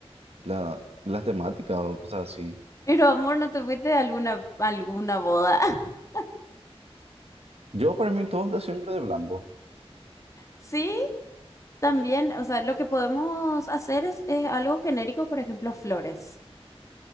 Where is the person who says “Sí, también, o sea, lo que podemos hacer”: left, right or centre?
Left